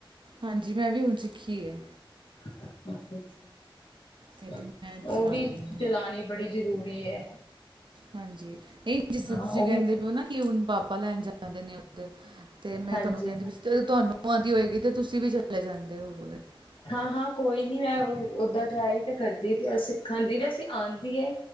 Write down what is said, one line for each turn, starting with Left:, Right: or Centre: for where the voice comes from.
Right: ਹਾਂਜੀ ਜੀ ਮੈਂ ਵੀ ਹੁਣ ਸਿੱਖੀ ਹੈ
Left: ਅੱਛਾ ਅੱਛਾ
Right: ਤੇ ਮੈਂ ਚਲਾ
Left: ਉਹ ਵੀ
Right: ਲੈਂਦੀ ਹਾਂ
Left: ਚਲਾਣੀ ਬੜੀ ਜ਼ਰੁਰੀ ਵੀ ਹੈ
Right: ਹਾਂਜੀ ਨਹੀਂ ਜਿਸ ਤਰ੍ਹਾਂ
Left: ਹਾਂ
Right: ਤੁਸੀਂ
Left: ਉਹ
Right: ਕਹਿੰਦੇ
Left: ਵੀ
Right: ਪਏ ਹੋ ਨਾ ਕਿ ਹੁਣ ਪਾਪਾ ਲੈਣ ਜਾਂਦੇ ਨੇ ਉਹਦੇ ਅਤੇ ਮੈਂ
Left: ਹਾਂਜੀ
Right: ਤੁਹਾਨੂੰ ਕਹਿੰਦੀ ਵੀ ਜਦੋਂ ਤੁਹਾਨੂੰ ਆਉਂਦੀ ਹੋਏਗੀ ਤਾਂ ਤੁਸੀਂ ਵੀ ਚਲੇ ਜਾਂਦੇ ਹੋ ਬ <unintelligible>
Left: ਹਾਂ ਹਾਂ ਕੋਈ ਨੀ ਮੈਂ ਓਦਾਂ ਟਰਾਈ ਤੇ ਕਰਦੀ ਸਿੱਖਣ ਦੀ ਵੈਸੇ ਆਉਂਦੀ ਆ